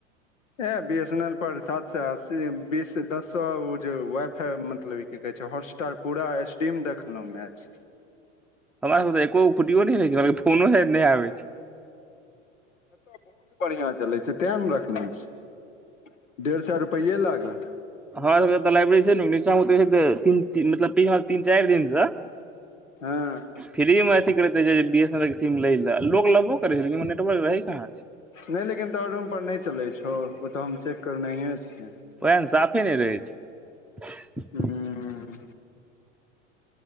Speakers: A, on the left; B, in the centre.
A: ए बी एस एन एल पर सात स अस्सी बीस दस सए ओ जे वाइ फाई मतलब ई की कहै छै हॉटस पूरा स्ट्रीम देखलहूँ मैच
B: हमरा सभके त एकोुटियो न रहे छै हमरा फोनो साद नहि आबे छ
A: एतय बहुत बढ़िआ चलै छै तै ने रखना छै डेढ़ सए रुपैए लागत
B: ह सभ तऽ लाइब्रेरी छैनचा तीन चारि दिनसँ <inaudible>
A: ह।
B: फ्री मे अथी करैते बी एस एन एल के सीम ले ले लोग लेबो करै छै लेबो नेटवर्क रहे कहाँ छै।
A: नहि लेकिन तो रूम पर नहि चलै छौ ओ तऽ हम चेक करने छियै।
B: ओहन साफे नहि रहै छै।
A: हू